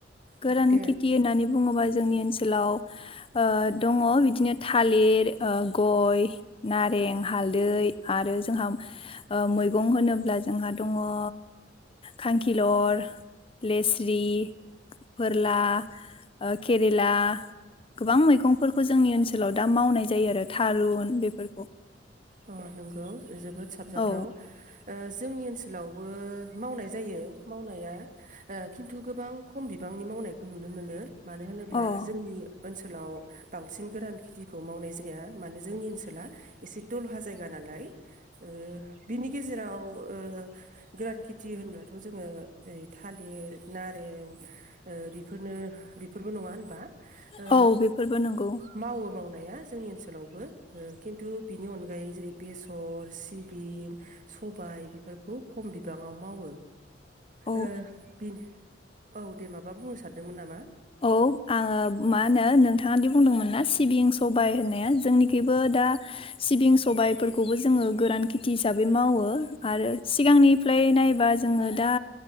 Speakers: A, on the left; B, on the right.
A: गोरान
B: औ दे
A: खेथि होननानै बुङोबा जोंनि ओनसोलाव ओ दङ बिदिनो थालिर ओ गय नारें हालदै आरो जोंहा ओ मैगं होनोब्ला जोंहा दङ ओ खांखि लर लेस्रि फोरला ओ केरेला गोबां मैगंफोरखौ जोंनि ओनसोलाव दा मावनाय जायो आरो थारुन बेफोरखौ।
B: अ नोंगौ जोबोद साबजाथाव
A: औ।
B: ओ जोंनि ओनसोलावबो मावनाय जायो मावनाया खिन्थु गोबां खम बिबांनि मावनायखौ नुनो मोनो। मानो होनोब्ला
A: अ औ
B: जोंनि ओनसो ओनसोलाव बांसिन गोरान खेथिखौ मावनाय जाया मानो जोंनि ओनसोला एसे दलहा जायगा नालाय ओ बिनि गेजेराव ओ गोरान खेटि होनबाथ' जोङो थालिर नारें ओ बिफोरनो बिफोरबो नङा ओ
A: औ बेफोरबो नंगौ
B: मावो माव नाया‌ जोंनि ओनसोलावबो ओ खिन्थु बिनि अनगायै जेरै बेसर सिबिं सबाय बेफोरखौ खम बिबाङाव मावो
A: औ
B: ओ बिन‌ औ दे माबा बुंनो सानदोंमोन नामा?
A: औ आङो मा होनो नोंथाङादि बुंदोंमोन ना सिबिं सबाय होननाया जोंनिखिबो दा सिबिं सबायफोरखौबो जोङो गोरान खेथि हिसाबै मावो आरो सिगांनिफ्राय नायबा जोङो दा